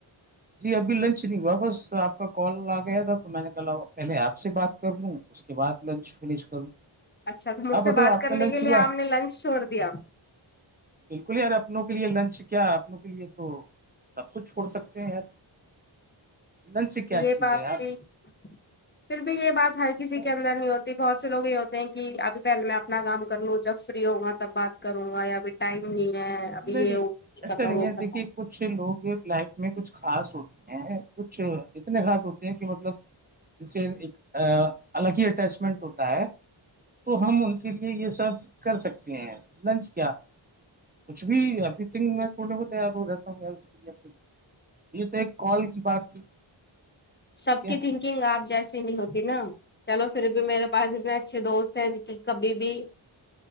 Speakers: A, on the right; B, on the left.
A: جی ابھی لنچ نہیں ہوا بس آپ کا کال آ گیا تھا تو میں نے کہا پہلے آپ سے بات کر لوں اس کے بعد لنچ فش کروں
B: اچھا تو مجھ
A: آپ
B: سے
A: بتاؤ
B: بات
A: آپ
B: کرنے
A: کا لنچ
B: کے لیے
A: ہوا
B: آپ نے لنچ چھوڑ دیا
A: بالکل یار اپنوں کے لیے لنچ کیا اپنوں کے لیے تو سب کچھ چھوڑ سکتے ہیں یار لنچ سے کیا
B: یہ
A: چیز
B: بات
A: ہے یار
B: بھی پھر بھی یہ بات ہر
A: ٹھیک
B: کسی
A: ہے
B: کے اندر نہیں ہوتی بہت سے لو یہ ہوتے ہیں کہ ابھی پہلے میں اپنا کام کر لوں جب فری ہوں گا تب بات کروں گا یا پھر ٹائم نہیں ہے ابھی
A: نہیں
B: یہ
A: نہیں ایسا
B: کا
A: نہیں ہے
B: سک
A: دیکھیے کچھ لوگ لائف میں کچھ خاص ہوتے ہیں کچھ اتنے خاص ہوتے ہیں کہ مطلب اس سے ایک الگ ہی اٹیچ منٹ ہوتا ہے تو ہم ان کے لیے یہ سب کر سکتے ہیں لنچ کیا کچھ بھی ابری تھنک میں تھوڑے کو تیار ہو رہتا ہوں کےے یہ تو ایک کال کی بات تھی
B: سب
A: ٹھیک
B: کی
A: ہے
B: تھنکنگ آپ جیسی نہیں ہوتی نا چلو پھر بھی میرے پاس اتنے اچھے دوست ہیں ج کی کبھی بھی